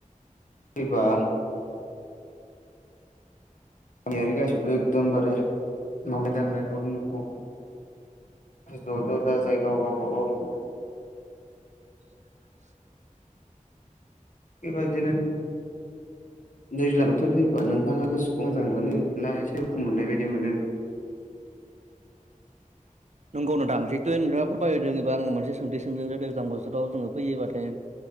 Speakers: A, on the left; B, on the right.
A: गैबा गामियारि गासिबो एकदमबारे मावनाय दांनाय ब मुखुब ज' ज' ज' जायगायाव गावबागाव
B: <unintelligible>
A: बे बायदिनो दैज्लां बोथोर फैयोबा नोंथाङा गोसोखौ मोजां मोनो ना एसे दुखु मोननाय बायदि मोनो
B: नंगौ नोंथां जिहेथु नोंथाङा फोरमायदों एबा आं मोनसे सोंथि सोंदों दैज्लां बोथोरावो फैयो बाथाय